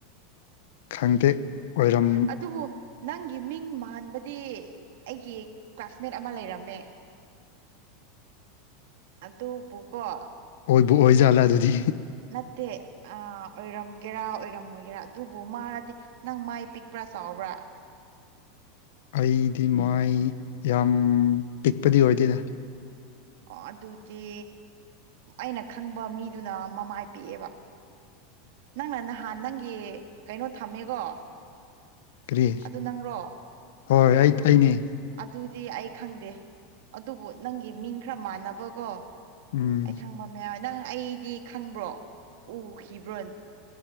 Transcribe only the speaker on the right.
ꯑꯗꯨꯕꯨ ꯅꯪꯒꯤ ꯃꯤꯡ ꯑꯍꯥꯟꯕꯗꯤ ꯑꯩꯒꯤ ꯀ꯭ꯂꯥꯁꯃꯦꯠ ꯑꯃ ꯂꯩꯔꯝꯃꯦ ꯑꯗꯨꯕꯨ ꯒꯣ
ꯅꯠꯇꯦ ꯑ ꯑꯣꯏꯔꯝꯒꯦꯔꯥ ꯑꯣꯏꯔꯝꯃꯣꯏꯒꯦꯔꯥ ꯑꯗꯨꯕꯨ ꯃꯥꯗꯤ ꯅꯪ ꯃꯥꯏ ꯄꯤꯛꯄ꯭ꯔꯥ ꯆꯥꯎꯕ꯭ꯔꯥ
ꯑꯣ ꯑꯗꯨꯗꯤ ꯑꯩꯅ ꯈꯪꯕ ꯃꯤꯗꯨꯅ ꯃꯃꯥꯏ ꯄꯤꯑꯦꯕ ꯅꯪꯅ ꯅꯍꯥꯟ ꯅꯪꯒꯤ ꯀꯩꯅꯣ ꯊꯝꯃꯦꯀꯣ
ꯑꯗꯨ ꯅꯪꯔꯣ
ꯑꯗꯨꯗꯤ ꯑꯩ ꯈꯪꯗꯦ ꯑꯗꯨꯕꯨ ꯅꯪꯒꯤ ꯃꯤꯡ ꯈꯔ ꯃꯥꯟꯅꯕꯒꯣ
ꯑꯩ ꯈꯪꯕ ꯃꯌꯥꯝ ꯅꯪ ꯑꯩꯗꯤ ꯈꯪꯕ꯭ꯔꯣ ꯎꯈꯤꯕ꯭ꯔꯣꯅ